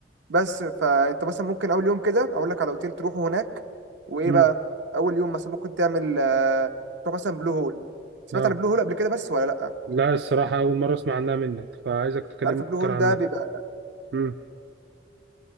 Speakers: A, on the right; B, on the right.
A: بس فانت مثلا ممكن اول يوم كده اقول لك على اوتيل تروحه هناك وايه
B: مم.
A: بقى اول يوم مثلا ممكن تعمل آه، تروح مثلا بلو هول سمعت
B: اه
A: عن بلو هول قبل كده بس ولا لا انت
B: لا الصراحة أول مرة أسمع عنها منك فعايزك تكلمني
A: عارف البلو
B: أكتر
A: هول
B: عنها
A: ده بيبقى
B: مم.